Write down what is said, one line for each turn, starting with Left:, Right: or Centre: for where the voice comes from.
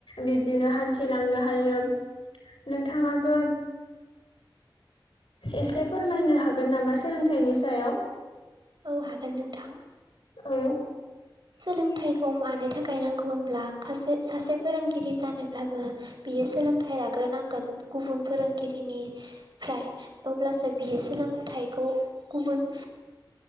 Left: बिब्दिनो हान्थिलांनो हायो नोंथाङाबो एसे फोरमायनो हागोन नामा सोलोंथाइनि सायाव
Right: औ हागोन नोंथां।
Left: औ
Right: सोलोंथाइखौ मानो थाखाय नांगौ होनब्ला सासे फोरोंगिरि जानोब्लाबो बियो सोलोंथाइ लाग्रोनांगोन गुबुन फोरोंगिरिनि फ्राय अब्लासो बियो सोलोंथाइखौ गुबुन